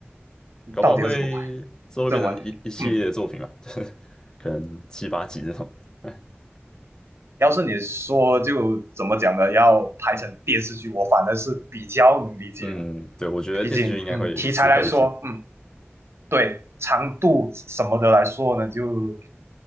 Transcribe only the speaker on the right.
到底要怎么拍？这完，嗯，
要是你说就怎么讲呢？要拍成电视剧，我反正是比较能理解了。
毕竟，嗯，题材来说，嗯，对，长度什么的来说呢，就